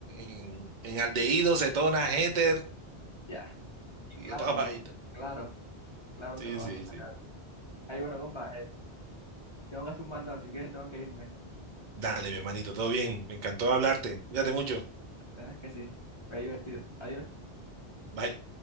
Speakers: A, on the right; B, on the left.
A: En, en aldehído, cetona, éter
B: Ya, y
A: y
B: claro,
A: de toda vaina.
B: no. Claro, claro
A: Sí,
B: que lo
A: sí,
B: vas a sacar.
A: sí.
B: Ay, bueno, compa. Tengo que hacer un mandado, así que tengo que irme.
A: Dale, mi hermanito, todo bien. Me encantó hablarte. Cuídate mucho.
B: La verdad es que sí. Fue divertido. Adiós.
A: Bye.